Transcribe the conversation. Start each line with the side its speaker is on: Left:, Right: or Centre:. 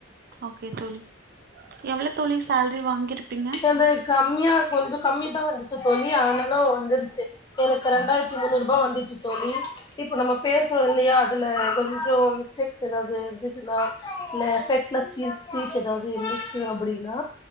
Right: ஓகே தோழி எவ்ளோ தோழி சேலரி வாங்கிருப்பீங்க
Left: அது கம்மியா கொஞ்ச கம்மி தா வந்துச்சு தோழி ஆனாலு வந்துருச்சு எனக்கு ரெண்டாயிரத்தி முன்னூறு ரூபா வந்துச்சு தோழி இப்ப நம்ம பேசறோ இல்லையா அதுல கொஞ்சோ மிஸ்டேக்ஸ் எதாவது இருந்துச்சுன்னா இல்ல எஃபெக்ட்லெஸ் ஸ்பீச் ஸ்பீச் எதாவது இருந்துச்சு க்யூர் அப்படின்னா